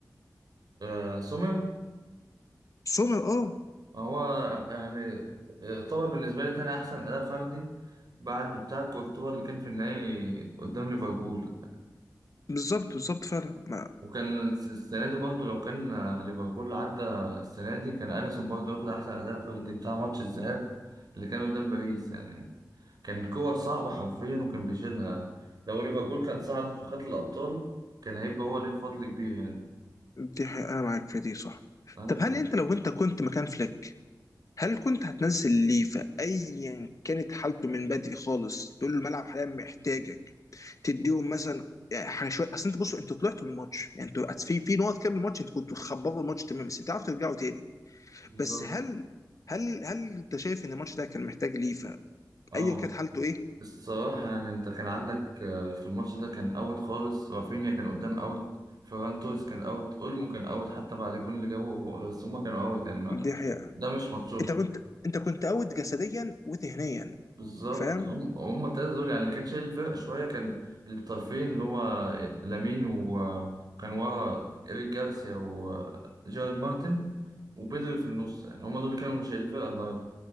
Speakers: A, on the right; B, on the left.
A: آه سومر
B: سومر اه
A: ما هو يعني يعتبر بالنسبه لي تاني احسن اداء فردي بعد بتاع كورتوا اللي كان في النهائي قدام ليفربول
B: بالظبط بالظبط فعلا ما
A: وكان السنه دي برضه لو كان آه، ليفربول عدى السنه دي كان اليسون برضه ياخد احسن اداء فردي بتاع ماتش الذهاب اللي كان قدام باريس يعني كان كور صعبة حرفيا وكان بيشيلها لو ليفربول كانت صعدت وخدت الأبطال كان هيبقى هو ليه الفضل كبير يعني
B: دي حقيقة، انا معاك في دي صح
A: أيوه
B: طب هل انت لو انت كنت مكان فليك هل كنت هتنزل ليفا ايا كانت حالته من بدري خالص تقول له الملعب حاليا محتاجك تديهم مثلا يعني حاجه شويه اصل انت بصوا انتوا طلعتوا من الماتش يعني انتوا في في نقط كام من الماتش انتوا كنتوا خبروا الماتش تمام بس بتعرفوا ترجعوا تاني
A: بالظبط
B: بس هل هل هل انت شايف ان الماتش ده كان محتاج ليفا
A: أه
B: ايا كانت حالته ايه؟
A: الصراحة يعني أنت كان عندك آه، في الماتش ده كان أوت خالص رافينيا كان قدام أوت فيران توريس كان أوت أولمو كان أوت حتى بعد الجون اللي جابه هو بس هما كانوا أوت يعني ما
B: دي حقيقة
A: ده مش ماتشهم
B: انت كنت انت كنت اوت جسديا وذهنيا
A: بالظبط
B: فاهم؟
A: هم هم التلاتة دول يعني اللي كان شايل الفرقة شوية كان الطرفين اللي هو لامين وكان ورا إيريك جارسيا وجارد مارتن وبدري في النص يعني هم دول اللي كانوا شايلين الفرقة النهاردة